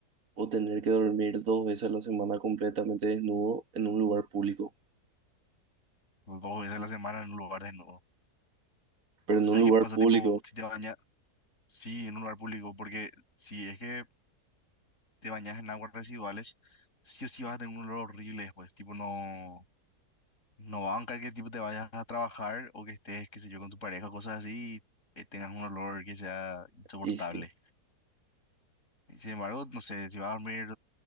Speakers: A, on the right; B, on the left.
A: o tener que dormir dos veces a la semana completamente desnudo en un lugar público?
B: Dos veces a la semana en un lugar desnudo.
A: Pero
B: ¿Sabes
A: en un lugar
B: qué pasa?
A: público,
B: Tipo, si te bañas, sí, en un lugar público, porque si es que te bañas en aguas residuales, sí o sí vas a tener un olor horrible después. Tipo, no, no banca que tipo te vayas a trabajar o que estés, qué sé yo, con tu pareja, cosas así, y eh, tengas un olor que sea insoportable.
A: y sí,
B: Y Sin embargo, no sé, si vas a dormir